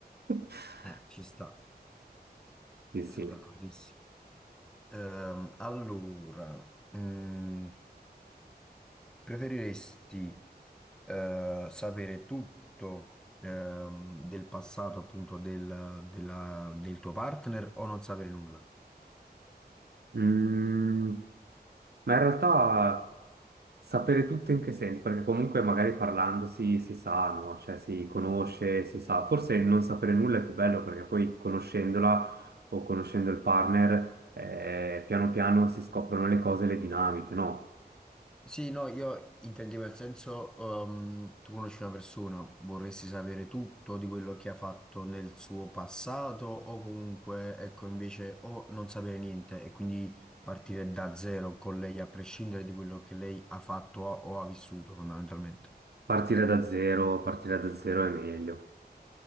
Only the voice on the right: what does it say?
<laughs>
Sì, sì.
Mm, ma in realtà sapere tutto in che senso? Perché comunque magari parlando si, si sa, no? Cioè si conosce, si sa. Forse non sapere nulla è più bello perché poi conoscendola o conoscendo il partner, eh, piano piano si scoprono le cose, le dinamiche, no?
Partire da zero, partire da zero è meglio,